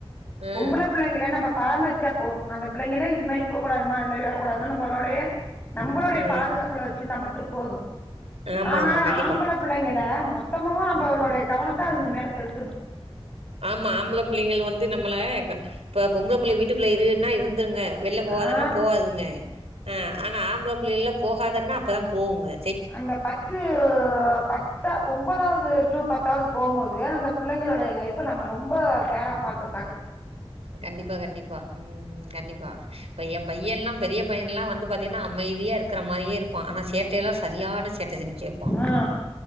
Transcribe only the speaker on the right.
ஆ
ஆ
ஆமா
ஆமா கண்டிப்பா
ஆமா ஆம்பள பிள்ளைங்கள் வந்து நம்மள இப்ப பொம்பள புள்ளைய வீட்டுக்குள்ள இருனா இருந்துருங்க வெல்ல போவாதானா
போவாதுங்க ஆ ஆனா ஆம்பள புள்ளைகள போகாதன்னா அப்பதா போகுது
கண்டிப்பா கண்டிப்பா ம் ம் கண்டிப்பா இப்ப எம் பையன் எல்லா பெரிய பையன்ல்லா வந்து பாத்தீங்கன்னா அமைதியா இருக்குறா மாரியே இருப்பா ஆனா சேட்டையெல்லா சரியான சேட்ட செஞ்ச்சு வப்பா